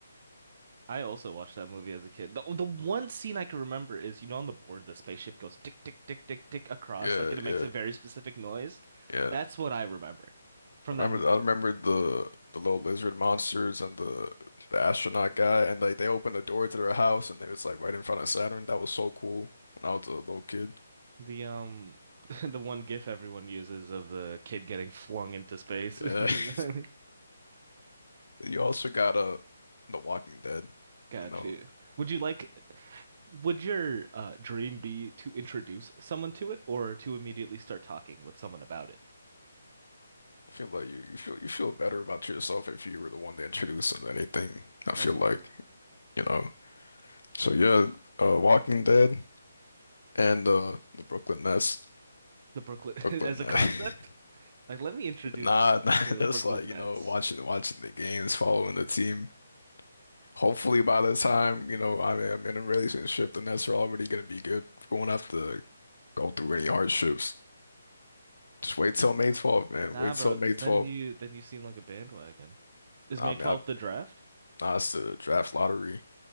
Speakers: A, on the right; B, on the left.
A: I also watched that movie as a kid. The the one scene I can remember is, you know, on the board the spaceship goes tick tick tick tick tick across,
B: Yeah,
A: like and it makes
B: yeah,
A: a very specific noise.
B: yeah.
A: That's what I remember from
B: I remember
A: that movie.
B: I remember the the little lizard monsters and the the astronaut guy and like they opened the door to their house and it was like right in front of Saturn. That was so cool when I was a little kid.
A: The um <laughs> the one GIF everyone uses of the kid getting flung into space. <laughs>
B: Yeah.
A: You know?
B: <laughs> You also got uh The Walking Dead.
A: Got
B: You know,
A: you. Would you like would your uh dream be to introduce someone to it or to immediately start talking with someone about it?
B: I feel like you, you feel you feel better about yourself if you were the one that introduced it to anything. I
A: I
B: feel
A: got
B: like,
A: you.
B: you know. So yeah, uh, Walking Dead and uh, the Brooklyn Nets,
A: The Brooklyn
B: Brooklyn
A: <laughs> as a
B: Nets.
A: concept?
B: <laughs>
A: Like let me introduce
B: Nah,
A: you
B: nah,
A: to the
B: just
A: Brooklyn
B: like you
A: Nets.
B: know, watching watching the games, following the team. Hopefully, by the time you know, I mean, I'm in a relationship, the Nets are already gonna be good. You won't have to go through any hardships. Just wait till May 12th, man.
A: Nah,
B: Wait
A: bro,
B: till May
A: because
B: 12th.
A: then you then you seem like a bandwagon. Is
B: Nah,
A: May
B: I mean,
A: 12th
B: I,
A: the draft?
B: nah, it's the draft lottery.